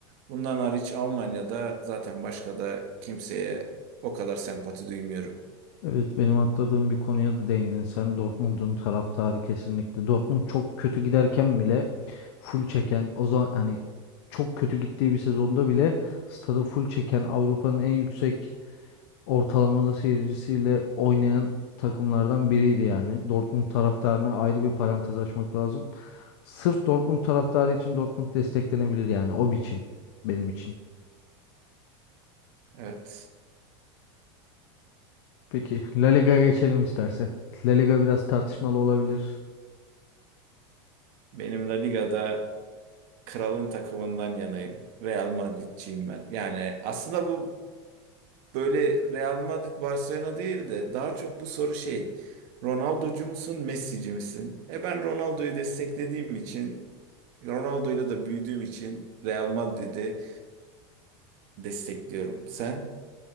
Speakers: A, on the right; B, on the left.
A: Bundan hariç Almanya'da zaten başka da kimseye o kadar sempati duymuyorum.
B: Evet benim atladığım bir konuya da değindin sen. Dortmund'un taraftarı kesinlikle. Dortmund çok kötü giderken bile full çeken o zaman hani çok kötü gittiği bir sezonda bile stadı full çeken Avrupa'nın en yüksek ortalamalı seyircisiyle oynayan takımlardan biriydi yani. Dortmund taraftarına ayrı bir parantez açmak lazım. Sırf Dortmund taraftarı için Dortmund desteklenebilir yani o biçim benim için.
A: Evet.
B: Peki La Liga'ya geçelim istersen. La Liga biraz tartışmalı olabilir.
A: Benim La Liga'da Kralın takımından yanayım. Real Madridciyim ben. Yani aslında bu böyle Real Madrid Barcelona değil de daha çok bu soru şey. Ronaldocu musun, Messi'ci misin? E ben Ronaldo'yu desteklediğim için, Ronaldo'yla da büyüdüğüm için Real Madrid'i destekliyorum. Sen?